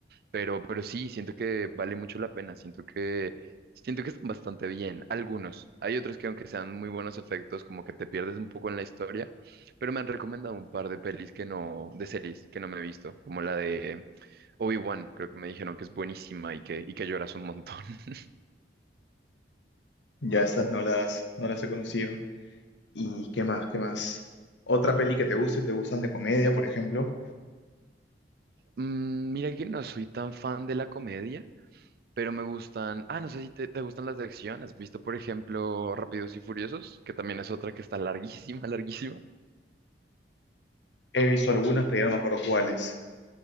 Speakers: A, on the right; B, on the left.
A: Pero, pero sí, siento que vale mucho la pena. Siento que, siento que están bastante bien. Algunos. Hay otros que aunque sean muy buenos efectos, como que te pierdes un poco en la historia. Pero me han recomendado un par de pelis que no, de series que no me he visto, como la de Obi-Wan. Creo que me dijeron que es buenísima y que, y que lloras un montón. <laughs>
B: Ya estas no las, no las he conocido. ¿Y qué más? ¿Qué más? Otra peli que te guste, te gustan de comedia, por ejemplo.
A: Mm, mira que no soy tan fan de la comedia, pero me gustan. Ah, no sé si te, te gustan las de acción. ¿Has visto, por ejemplo, Rápidos y Furiosos? Que también es otra que está larguísima, <laughs> larguísima.
B: He visto algunas, pero ya no me acuerdo cuáles.